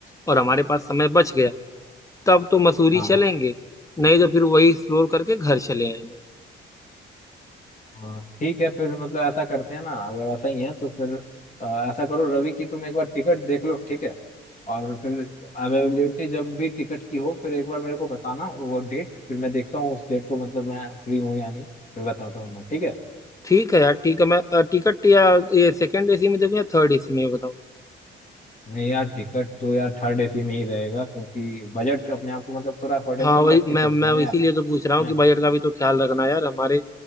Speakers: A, on the left; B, on the left.
A: और हमारे पास समय बच गया तब तो मसूरी
B: हाँ
A: चलेंगे नहीं तो फिर वही एक्सप्लोर करके घर चले आएंगे
B: हाँ ठीक है फिर मतलब ऐसा करते हैं ना अगर ऐसा ही है तो फिर अ, ऐसा करो रवि की तुम एक बार टिकट देख लो ठीक है और फिर अवेलेबिलिटी जब भी टिकट की हो फिर एक बार मेरे को बताना वो डेट फिर मैं देखता हूँ उस डेट को मतलब मैं फ्री हूँ या नहीं फिर बताता हूँ मैं ठीक है
A: ठीक है यार ठीक है मैं टिकट या ये सेकंड एसी में देखूं या थर्ड एसी में ये बताओ
B: नहीं यार टिकट तो यार थर्ड एसी में ही रहेगा क्योंकि बजट अपने आप को मतलब थोड़ा अफोर्डेबल
A: हाँ वही
B: रख के
A: मैं
B: चलते
A: मैं
B: हैं ना यार
A: इसीलिए तो पूछ रहा हूँ
B: हैं
A: कि बजट का भी तो ख्याल रखना यार हमारे